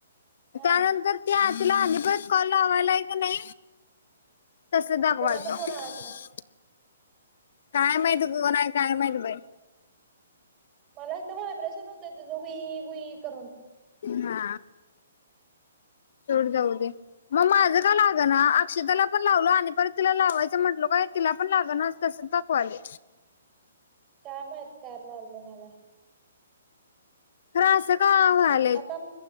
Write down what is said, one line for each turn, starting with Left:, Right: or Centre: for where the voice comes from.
Right: हा
Left: त्यानंतर ते आतला आणि परत कॉल लावलाय कणी तस
Right: आता
Left: दाखवालत
Right: कोणाचा फोन आला तुला
Left: काय माहित ग नाही काय माहित बाई.
Right: मला इथ व्हायब्रेशन होतंय तुझं घुई घुई करून
Left: ना. सोड जाऊ दे मग माझ का लागणा अक्षदाला पण लावलो आणि परत तिला लावायचं म्हटलो काय तिला पण लागना तसंच दाखवालय.
Right: काय माहित काय प्रॉब्लेम यालाय.
Left: खर असं का व्ह्याल
Right: आता